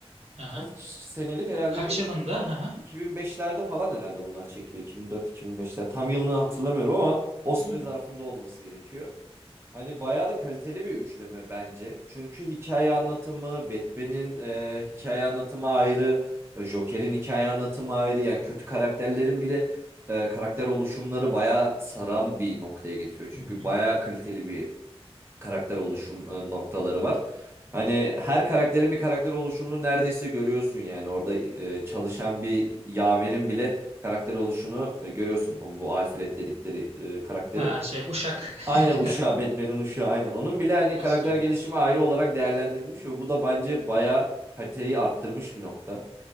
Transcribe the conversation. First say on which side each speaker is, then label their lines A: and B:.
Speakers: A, on the right; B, on the right.
A: Aha.
B: kaç senelik herhalde
A: Kaç
B: bir 2000
A: yılında? Aha.
B: 2005'lerde falan herhalde bunlar çekiliyor. 2004-2005'ler. Tam yılını hatırlamıyorum ama o süre
A: Hmm.
B: zarfında olması gerekiyor. Hani bayağı da kaliteli bir üçleme bence. Çünkü hikaye anlatımı, Batman'in e, hikaye anlatımı ayrı, e, Joker'in hikaye anlatımı ayrı. Yani kötü karakterlerin bile e, karakter oluşumları bayağı saran bir noktaya getiriyor. Çünkü
A: Hı hı.
B: bayağı kaliteli bir karakter oluşum e, noktaları var. Hani her karakterin bir karakter oluşumunu neredeyse görüyorsun yani orada e, çalışan bir yaverin bile karakter oluşunu e, görüyorsun. O- Bu Alfred dedikleri e, karakterin.
A: Ha şey Uşak.
B: Aynen uşağı
A: <laughs>
B: Batman'in uşağı aynen. Onun bile hani
A: Dostum
B: karakter gelişimi ayrı olarak değerlendirilmiş ve bu da bence bayağı kaliteyi arttırmış bir nokta.